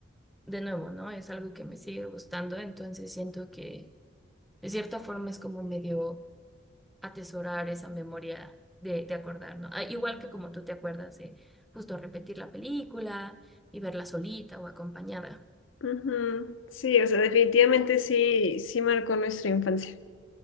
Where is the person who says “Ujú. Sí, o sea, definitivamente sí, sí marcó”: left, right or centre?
Left